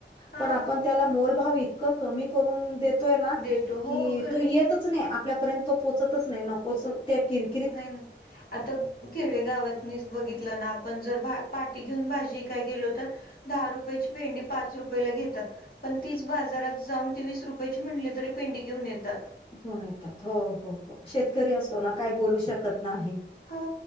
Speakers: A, on the left; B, on the left.
A: हा
B: पण आपण त्याला मोल भाव इतका कमी करून देतो
A: देतो
B: की
A: हो खरंच
B: तो येतच नाही आपल्यापर्यंत तो पोचतच नाही नकोच कीर्
A: नाही नाही आता खेडेगावात च बघितलं ना आपण जर पाटी घेऊन भाजी वीकाय गेलो तर दहा रुपयाची भेंडी पाच रुपयाेला घेतात पण तीच बाजारात जाऊन ती वीस रुपयाची म्हणली तरी पेंडी घेऊन येतात.
B: घेऊन येतात हो हो हो शेतकरी असतो ना काय बोलू शकत नाही
A: हो